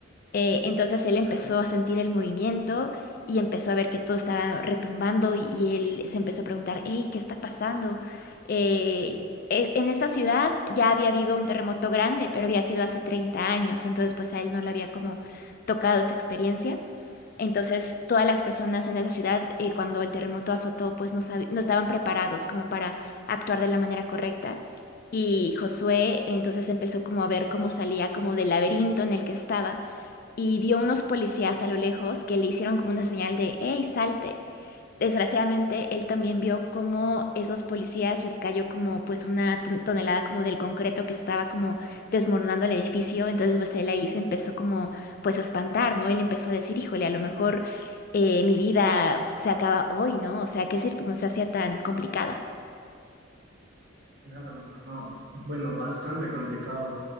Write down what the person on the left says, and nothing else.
Eh, entonces él empezó
a sentir el movimiento y empezó a ver que todo estaba retumbando y, y él se empezó a preguntar, hey, ¿qué está pasando? Eh, e- en esta ciudad ya había habido un terremoto grande, pero había sido hace 30 años, entonces pues a él no le había como tocado esa experiencia. Entonces todas las personas en esa ciudad eh, cuando el terremoto azotó pues no, sabi- no estaban preparados como para actuar de la manera correcta. Y Josué entonces empezó como a ver cómo salía como del laberinto en el que estaba y vio unos policías a lo lejos que le hicieron como una señal de, hey, salte. Desgraciadamente, él también vio cómo esos policías les cayó como pues una ton- tonelada como del concreto que estaba como desmoronando el edificio. Entonces, pues él ahí se empezó como pues a espantar, ¿no? Él empezó a decir, híjole, a lo mejor eh, mi vida se acaba hoy, ¿no? O sea, qué circunstancia tan complicada.